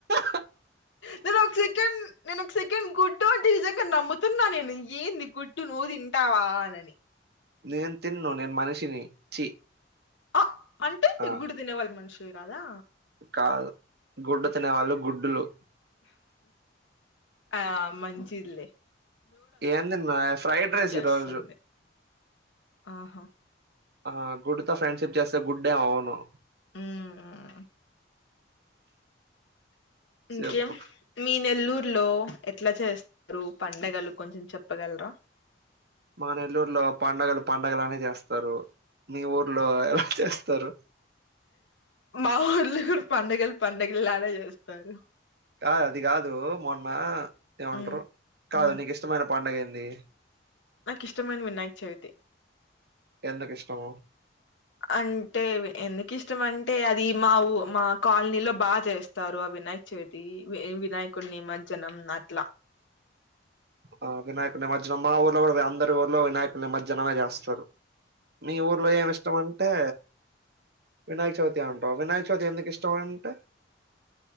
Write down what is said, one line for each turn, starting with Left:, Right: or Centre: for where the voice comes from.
Right: హా
Left: నేను ఒక సెకండ్ నేను ఒక సెకండ్ గుడ్డు అంటే నిజంగా నమ్ముతున్నా నేను ఏంది గుడ్డు నువ్వు తింటావా అని
Right: నేను తినను నేను మనిషిని చి
Left: ఆ అంటే నీ
Right: ఆ
Left: గుడ్డు తినేవాళ్లు మనుషులు కాదా
Right: కాదు గుడ్డు తినేవాళ్ళు గుడ్డులు
Left: ఆ మంచిద్లె
Right: ఏందిన్న ఫ్రైడ్ రైస్
Left: చేస్తుంది
Right: ఈ రోజు
Left: ఆహా
Right: ఆ గుడ్డు తో ఫ్రెండ్షిప్ చేస్తే గుడ్ హే అవును
Left: ఉమ్ ఇంకేం
Right: చెప్పు
Left: మీ నెల్లూర్ లో ఎట్ల చేస్తరు పండగలు కొంచెం చెప్పగలరా
Right: మా నెల్లూరులో పండుగలు పండగలానే చేస్తారు మీ ఊర్లో ఎలా చేస్తరు
Left: మా ఊర్లో కూడ పండగలు పడుగల్లానే చేస్తారు
Right: కాదు అది కాదు మొన్న ఏమంటరు
Left: ఉమ్
Right: కాదు
Left: ఉమ్
Right: నీకు ఇష్టమైన పండగ ఏంది
Left: నాకు ఇష్టమైన వినాయక చవితి
Right: ఎందుకు ఇష్టం
Left: అంటే ఎందుకు ఇష్టం అంటే అది మా ఊ మా కాలనీలో బాగా చేస్తారు ఆ వినాయక చవితి వినాయకుడిని నిమజనం అట్లా
Right: ఆ వినాయకు నిమజ్జనం మా ఊర్లో కూడ అందరి ఊర్లో వినాయకుల నిమజ్జనమే చేస్తారు మీ ఊర్లో ఏమి ఇష్టం అంటే వినాయక చవితి అంటావ్ వినాయక చవితి ఎందుకు ఇష్టం అంటే